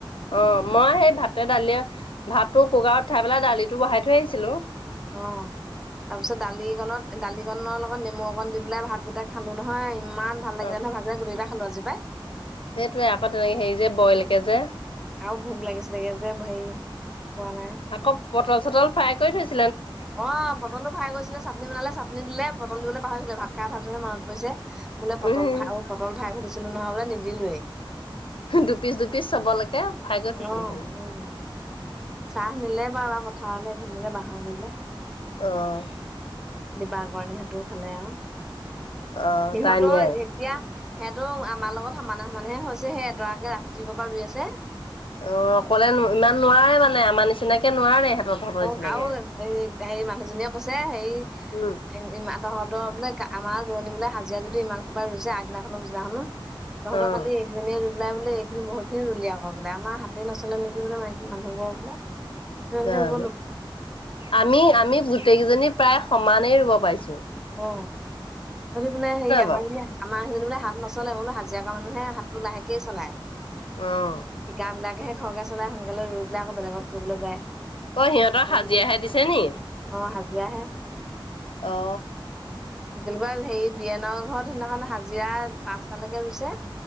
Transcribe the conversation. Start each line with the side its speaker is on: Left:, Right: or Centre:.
Left: অ মই সেই ভাতে দালিয়ে ভাতটো কুকাৰত উঠাই পেলাই দালিটো বহাই থৈ আহিছিলো।
Centre: অ তাৰ পিছত দালিকনত দালিকনৰ লগত নেমু অকণ দি পেলাই ভাতকেইটা খালো নহয়। ইমান ভাল লাগিলে
Left: অ
Centre: নহয় ভাত গুটেইকেইটা খালো আজি পাই।
Left: সেইটোৱে, আকৌ তেনেক হেৰি যে বইলকে যে।
Centre: আৰু ভোক লাগিছিলেগে যে হেৰি খোৱা নাই
Left: আকৌ পটল - চটল ফ্ৰাই কৰি থৈছো।
Centre: অ পটলো ফাৰাই কৰিছিলে। চাটনি বনালে চাটনি দিলে বটল দিবলৈ পাহৰি ভাত খাই উঠাৰ পিছতহে মনত পৰিছে বোলে পটল
Left: উম
Centre: ফ্ৰাই পটল ফ্ৰাই কৰি থৈছিলো নহয় বোলে নিদিলোৱেই।
Left: দুপিচ দুপিচ চবলৈকে ফ্ৰাই কৈ
Centre: অ',
Left: থৈছিল হেনো।
Centre: উম। চাহ নিলে বাৰু বা পথাৰলৈ এইখিনিলে বাঁহৰ গলে।
Left: অহ।
Centre: দিবা কৰণ <unintelligible> সিহঁতেও খালে আৰু
Left: অ',
Centre: সিহঁতৰ
Left: তাই নিয়াই
Centre: এতিয়া সেইহতটো আমাৰ লগত সমানে সমানেহে হৈছে, সেই এডৰাকে ৰাতিপুৱাৰ পৰা ৰুই আছে।
Left: অ অকলে ইমান নোৱাৰে মানে আমাৰ নিচিনাকে নোৱাৰে। তহঁতৰ
Centre: অ
Left: নিচিনাকে।
Centre: আৰু এই হেৰি মানুহজনীয়ে কৈছে হেৰি
Left: উম।
Centre: ইমান দহত বোলে আমাৰ ৰোৱনী বোলে হাজিৰা যদি ইমান সোপা ৰুইছে আগদিনা খনো পিছদিনা খনো। তহঁতৰ
Left: অ',
Centre: কালি এজনীয়ে বওলাই বোলে এইখিনি বহুতখিনি ৰুলি আকৌ বোলে আমাৰ হাতে নচলে নেকি মাইকি মানুহবোৰ বোলে। ইমানকে
Left: জানো
Centre: ৰু
Left: আমি আমি গোটেই কেইজনী প্ৰায় সমানেই ৰুব পাইছো।
Centre: অ। আজি বোলে হেৰি আমাৰ
Left: বাৰু
Centre: <unintelligible> সেইজনী বোলে হাত নচললে বোলে, হাজিৰা কৰা মানুহে হাতটো লাহেকেই চলায়।
Left: অ',
Centre: শিকা বিলাকেহে খৰকে চলাই সোনকালে ৰুই পেলাই আকৌ বেলেগত কৰিবলৈ যায়।
Left: ঐ সিহঁতক
Centre: হাজিৰা
Left: হাজিৰাহে
Centre: বিলাকে
Left: দিছে নি।
Centre: অ হাজিৰাহে
Left: অ
Centre: কেনেকুৱা হেৰি বিয়েনৰ ঘৰত সিদিনাখন হাজিৰা পাঁচটালৈকে ৰুইছে।